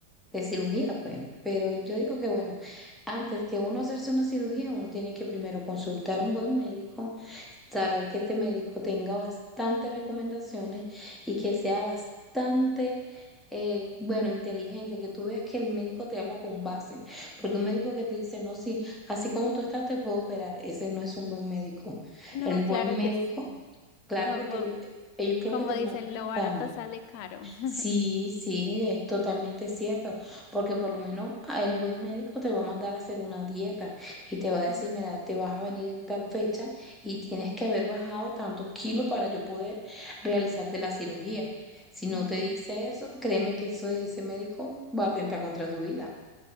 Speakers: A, in the centre; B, on the left (about 45°).
A: de cirugía, pues. Pero yo digo que, bueno, antes que uno hacerse una cirugía, uno tiene que primero consultar a un buen médico, saber que este médico tenga bastantes recomendaciones y que sea bastante, eh, bueno, inteligente, que tú veas que el médico te habla con base, porque un médico que te dice, no, sí, así como tú estás, te puedo operar, ese no es un buen médico.
B: No,
A: El buen
B: claro
A: médico,
B: que sí.
A: claro,
B: Como,
A: porque ellos, ellos creo
B: como
A: que te
B: dicen,
A: mandan hasta...
B: lo barato sale caro. <laughs>
A: Sí, sí, es totalmente cierto, porque por lo menos a el buen médico te va a mandar a hacer una dieta y te va a decir,
B: Ujú,
A: mira, te vas a venir en tal fecha y tienes que haber bajado tantos kilos para yo poder realizarte la cirugía. Si no
B: ujú.
A: te dice eso, créeme que eso- ese médico va a atentar contra tu vida.